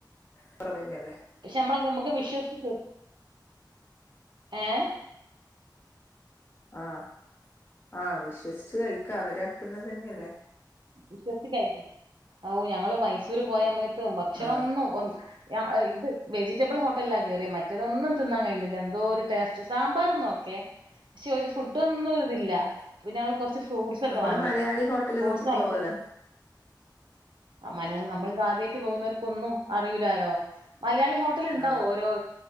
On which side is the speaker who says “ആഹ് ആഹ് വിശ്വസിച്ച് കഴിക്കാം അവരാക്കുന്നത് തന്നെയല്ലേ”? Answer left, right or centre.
Left